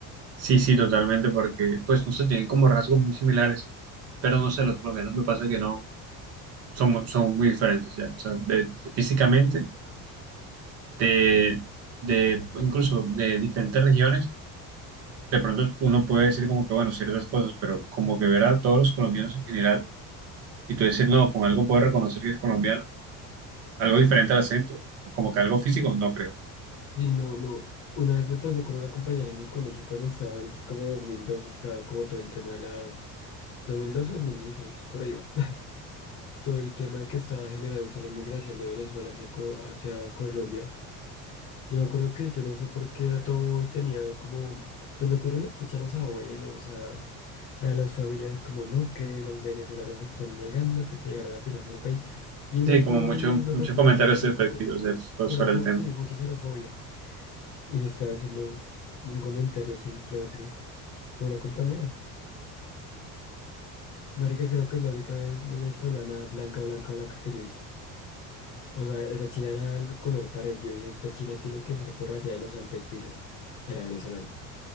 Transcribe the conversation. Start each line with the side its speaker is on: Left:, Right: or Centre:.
Right: sí, sí, totalmente, porque pues no sé, tienen como rasgos muy similares, pero no sé, los colombianos me pasa que no, son, mu- son muy diferentes ya, o sea, de- de- físicamente, de, de, pues, incluso de diferentes regiones, de pronto uno puede decir como que, bueno, ciertas cosas, pero como que ver a todos los colombianos en general y tú decir, no, con algo puedes reconocer que es colombiano Algo diferente al acento, como que algo físico, no creo.
Left: Y no, no, una vez me pasó con una compañera en el colegio cuando estaba, el- como 2002, estaba como todo el tema de la... 2012 2016, por ahí va. <laughs> Todo el tema de que estaba generándose la inmigración de Venezuela hacia, Co- hacia Colombia. Yo me acuerdo que yo no sé por qué era todo y tenía como, pues lo que uno le escucha a los abuelos, a a las familias como no, que los venezolanos están llegando, que se llegaron a tirarse el país. Y uno
Right: Sí,
Left: es
Right: como
Left: bobo
Right: mucho-
Left: y uno
Right: muchos
Left: repite
Right: comentarios
Left: todo, sí,
Right: despectivos
Left: muchas
Right: del-
Left: xenofo
Right: sobre el tema.
Left: sí, mucha xenofobia. Y le estaba haciendo un comentario así en clase a una compañera. Marica, creo que es la única vez venezolana blanca, blanca, blanca que yo he visto. O sea, esa china era el color pared. Yo dije, esta china tiene que ser por allá de los Alpes suizos. Era venezolana.